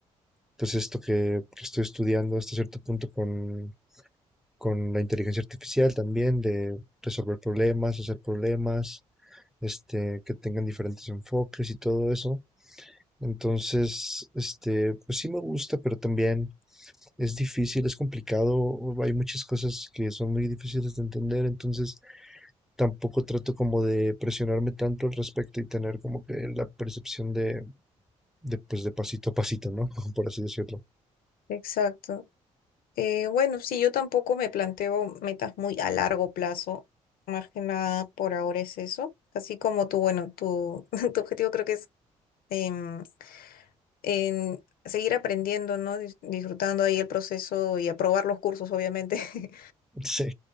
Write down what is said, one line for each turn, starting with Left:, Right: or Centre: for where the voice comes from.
Centre: pues esto que, que estoy estudiando hasta cierto punto con, con la inteligencia artificial también, de resolver problemas, hacer problemas, este, que tengan diferentes enfoques y todo eso. Entonces, este, pues sí me gusta, pero también es difícil, es complicado, hay muchas cosas que son muy difíciles de entender, entonces tampoco trato como de presionarme tanto al respecto y tener como que la percepción de, de, pues de pasito a pasito, ¿no? <laughs> Por así decirlo.
Left: Exacto. Eh, bueno, sí, yo tampoco me planteo metas muy a largo plazo. Más que nada por ahora es eso. Así como tú, bueno, tu, <laughs> tu objetivo creo que es em, en seguir aprendiendo, ¿no? Dis- Disfrutando ahí el proceso y aprobar los cursos, obviamente. <laughs>
Centre: Sí,